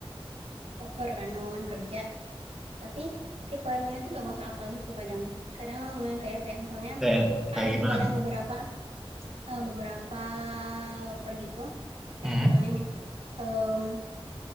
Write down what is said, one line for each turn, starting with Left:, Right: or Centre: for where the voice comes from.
Right: poker kan lowongan kerja tapi requirementnya tuh nggak masuk akal gitu kadang kadang eh, kayak kayak misalnya
Centre: kayak
Right: kan
Centre: kayak
Right: ada
Centre: gimana
Right: tuh kadang
Centre: tuh
Right: beberapa eh, beberapa loper gitu kayak
Centre: hmm.
Right: misalnya nih em,